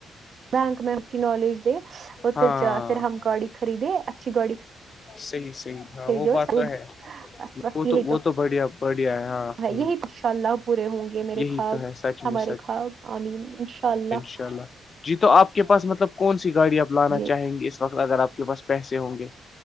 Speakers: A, on the right; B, on the left.
A: بینک میں اپکی نالج دے اور
B: ہاں
A: پھر پھر ہم گاڑی خریدے اچھی گاڑی
B: صحی صحیح ہاں
A: خریدے
B: وہ
A: اور
B: بات تو ہے
A: بس بس
B: وہ
A: یہی
B: تو وہ تو بڑھیا بڑھیا ہے ہاں ہ
A: یہی تو انشاء اللہ پورے ہوں گے میرے
B: یہی
A: خواب
B: تو ہے سچ
A: ہمارے
B: میں
A: خواب آمین انشاء اللہ
B: ان شاء اللہ جی تو آپ کے پاس مطلب کون سی گاڑی اپ لانا
A: جی
B: چاہیں گے اس وقت اگر آپ کے پاس پیسے ہوں گے